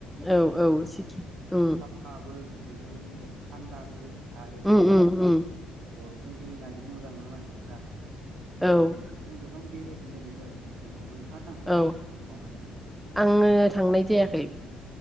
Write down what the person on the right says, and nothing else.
फाबो बेजों लोगोसे थान्दाबो आरो
बरफजों गेले होननानै बुं मोजां मोनो मानसिफोरा,
बेखायनो गोबां बेरायहैनाय नुयो आरो सिक्किमाव नोंथाङा थांफेरबाय
सिक्किमावहाय